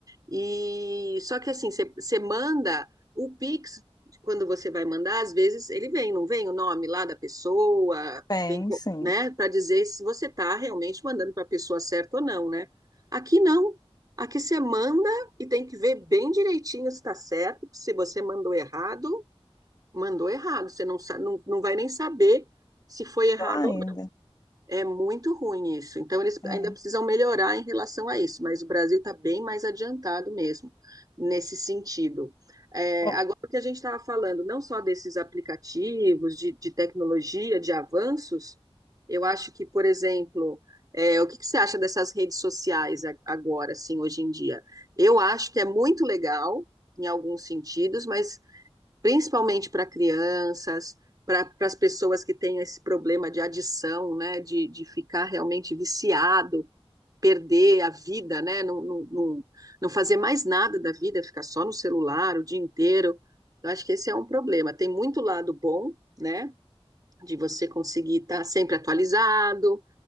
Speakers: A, on the right; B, on the left.
A: E só que assim, você você manda o Pix, quando você vai mandar, às vezes ele vem, não vem o nome lá da pessoa,
B: também,
A: vem, co-
B: sim,
A: né, para dizer se você está realmente mandando para a pessoa certa ou não, né? Aqui não. Aqui você manda e tem que ver bem direitinho se está certo, porque se você mandou errado, mandou errado, você não, sa- não, não vai nem saber se foi errado
B: pior ainda.
A: é muito ruim isso. Então, eles
B: É.
A: ainda precisam melhorar em relação a isso, mas o Brasil está bem mais adiantado mesmo nesse sentido. É,
B: Bom,
A: agora, o que a gente estava falando, não só desses aplicativos, de, de tecnologia, de avanços, eu acho que, por exemplo, é, o que, que você acha dessas redes sociais a- agora, assim, hoje em dia? Eu acho que é muito legal em alguns sentidos, mas principalmente para crianças, para as pessoas que têm esse problema de adição, né, de, de ficar realmente viciado, perder a vida, né, não, não, não, não fazer mais nada da vida, ficar só no celular o dia inteiro. Eu acho que esse é um problema. Tem muito lado bom, né, de você conseguir estar sempre atualizado,